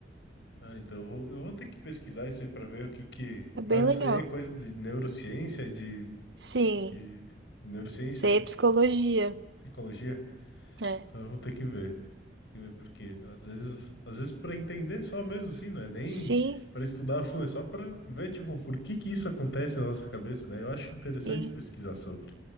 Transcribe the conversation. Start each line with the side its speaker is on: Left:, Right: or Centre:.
Left: Ah, então eu vou, eu vou ter que pesquisar isso aí para ver o que que.
Right: É
Left: Mas
Right: bem legal.
Left: isso aí é coisa de neurociência, de,
Right: Sim,
Left: de neurociência,
Right: isso aí é psicologia.
Left: psicologia.
Right: É.
Left: Então eu vou ter que ver. Tem que ver por quê. Às vezes, às vezes para entender só mesmo, sim, não é nem
Right: Sim,
Left: para estudar a fundo, é só para ver, tipo, por que que isso acontece na nossa cabeça, né? Eu acho interessante
Right: sim.
Left: pesquisar sobre.